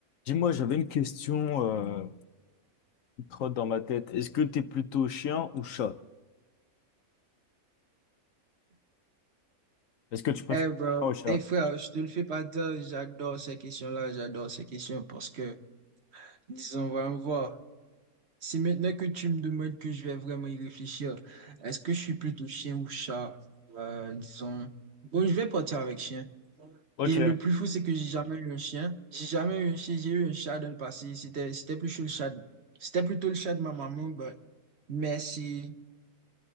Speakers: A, on the left; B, on the right.
A: Dis-moi, j'avais une question euh, qui trotte dans ma tête. Est-ce que t'es plutôt chien ou chat? Est-ce que tu préfères
B: Eh bro,
A: chien ou chat?
B: eh frère, je te le fais pas dire, j'adore ces questions-là, j'adore ces questions parce que, disons, on va en voir. Si maintenant que tu me demandes que je vais vraiment y réfléchir, est-ce que je suis plutôt chien ou chat? Euh, disons, bon, je vais partir avec chien.
A: Ok,
B: Et le plus fou, c'est que j'ai jamais eu un chien. J'ai jamais eu un chien, j'ai eu un chat dans le passé. C'était, c'était plus chaud le chat. C'était plutôt le chat de ma maman, but- mais si